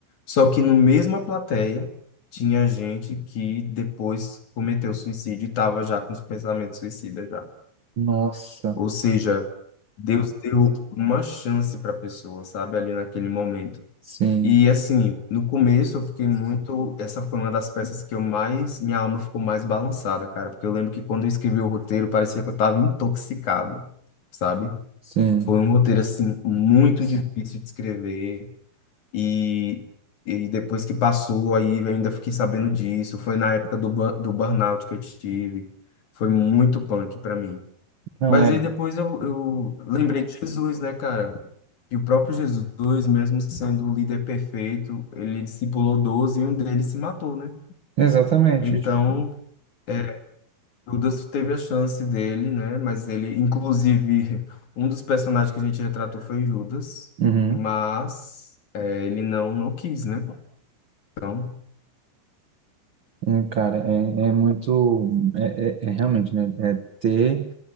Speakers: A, on the left (about 50°); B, on the right (about 70°).
A: Só que no mesma plateia tinha gente que depois cometeu suicídio e estava já com os pensamentos suicidas já.
B: Nossa,
A: Ou seja, Deus deu uma chance para a pessoa, sabe, ali naquele momento.
B: sim,
A: E assim, no começo eu fiquei muito. Essa foi uma das peças que eu mais. Minha alma ficou mais balançada, cara. Porque eu lembro que quando eu escrevi o roteiro, parecia que eu tava intoxicado, sabe?
B: sim.
A: Foi um roteiro, assim, muito difícil de escrever. E, e depois que passou, aí eu ainda fiquei sabendo disso. Foi na época do, bu- do burnout que eu tive. Foi muito punk para mim.
B: Não
A: Mas
B: é,
A: aí depois eu, eu lembrei de Jesus, né, cara? E o próprio Jesus, mesmo sendo o líder perfeito, ele discipulou 12 e um deles se matou, né?
B: exatamente,
A: Então,
B: tipo,
A: é, Judas teve a chance dele, né? Mas ele, inclusive, um dos personagens que a gente retratou foi Judas,
B: uhum.
A: mas é, ele não, não quis, né? Então,
B: É, Cara, é, é muito, é, é, é realmente, né, é ter